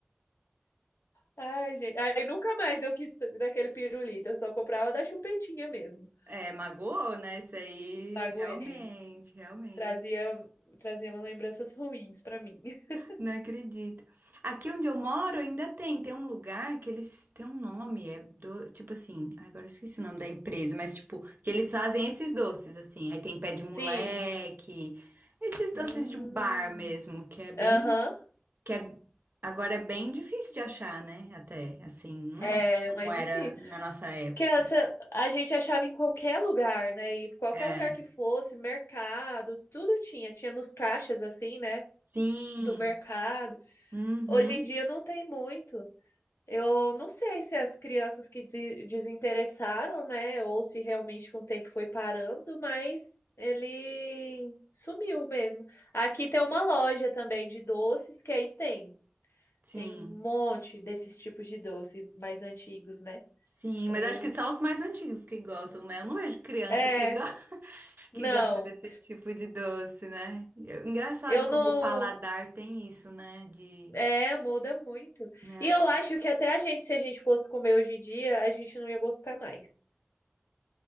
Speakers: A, on the left; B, on the right.
A: Ai, gente. Aí nunca mais eu quis daquele pirulito, eu só comprava da chupetinha mesmo.
B: É, magoou, né? Isso aí,
A: Magoei.
B: realmente, realmente.
A: Trazia, trazia lembranças ruins pra mim. <laughs>
B: Não acredito. Aqui onde eu moro ainda tem, tem um lugar que eles têm um nome, é do, tipo assim, agora eu esqueci o nome da empresa, mas tipo, que eles fazem esses doces assim. Aí tem pé de moleque,
A: Sim.
B: esses doces
A: Hum.
B: de bar mesmo, que é bem,
A: Aham.
B: que é agora é bem difícil de achar, né? Até assim, não
A: É
B: é como
A: mais
B: era
A: difícil.
B: na nossa época.
A: Que antes a a gente achava em qualquer lugar, né? E qualquer
B: É.
A: lugar que fosse, mercado, tudo tinha. Tinha nos caixas, assim, né?
B: Sim.
A: Do mercado.
B: Uhum.
A: Hoje em dia não tem muito. Eu não sei se as crianças que desi- desinteressaram, né? Ou se realmente com o tempo foi parando, mas ele sumiu mesmo. Aqui tem uma loja também de doces, que aí tem.
B: Sim.
A: Tem um monte desses tipos de doce mais antigos, né?
B: Sim,
A: Eu...
B: mas acho que só os mais antigos que gostam, né? Eu não vejo criança
A: É,
B: que gosta.
A: não.
B: Que gosta muito desse tipo de doce, né? E é Engraçado
A: Eu
B: como
A: não.
B: o paladar tem isso, né? De,
A: É, muda muito.
B: né?
A: E eu acho que até a gente, se a gente fosse comer hoje em dia, a gente não ia gostar mais.